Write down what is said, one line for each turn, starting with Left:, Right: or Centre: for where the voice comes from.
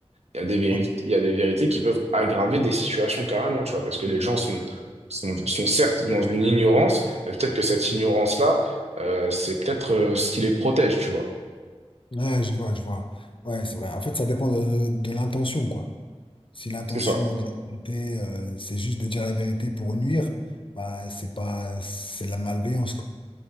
Right: Il y a des vérités,
Left: ouais.
Right: il y a des vérités qui peuvent aggraver des situations carrément, tu vois, parce que les gens sont, sont, sont certes dans une ignorance, mais peut-être que cette ignorance-là, euh, c'est peut-être euh, ce qui les protège, tu vois.
Left: Ouais, je vois, je vois. Ouais, c'est vrai. En fait, ça dépend de, de l'intention, quoi. Si l'intention
Right: C'est ça,
Left: de la vérité, euh, c'est juste de dire la vérité pour nuire, bah c'est pas c'est de la malveillance, quoi.